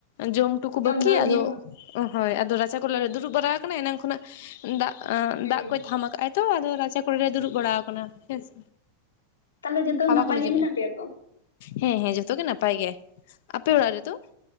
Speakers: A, on the left (about 50°); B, on the left (about 70°).
A: ᱡᱚᱢ ᱴᱩᱠᱩ ᱵᱟᱠᱤ
B: ᱫᱚ ᱟᱹᱣᱨᱤ
A: ᱟᱫᱚ
B: ᱦᱚᱸ
A: ᱾ ᱚ ᱦᱳᱭ ᱟᱫᱚ ᱨᱟᱪᱟ ᱠᱚᱨᱮ ᱞᱮ ᱫᱩᱲᱩᱵ ᱵᱟᱲᱟ ᱟᱠᱟᱱᱟ ᱮᱱᱟᱝ ᱠᱷᱚᱱᱟᱜ ᱫᱟᱜ
B: ᱦᱩᱸ
A: ᱫᱟᱜ ᱠᱚᱭ ᱛᱷᱟᱢ ᱟᱠᱟᱫ ᱛᱚ ᱟᱫᱚ ᱨᱟᱪᱟ ᱠᱚᱨᱮ ᱞᱮ ᱫᱩᱲᱩᱵ ᱵᱟᱲᱟ ᱟᱠᱟᱱᱟ ᱦᱮᱸᱥᱮ
B: ᱛᱟᱦᱚᱞᱮ ᱡᱚᱛᱚ
A: ᱠᱷᱟᱵᱟᱨ
B: ᱱᱟᱯᱟᱭ
A: ᱠᱚᱞᱮ
B: ᱜᱮ
A: ᱡᱚᱢᱮᱜᱼᱟ
B: ᱢᱮᱱᱟᱜ ᱯᱮᱭᱟ ᱛᱚ?
A: ᱦᱮᱸ ᱦᱮᱸ ᱡᱚᱛ ᱡᱚᱛᱚ ᱜᱮ ᱱᱟᱯᱟᱭ ᱜᱮᱭᱟ ᱟᱯᱮ ᱚᱲ ᱨᱮ ᱫᱚ?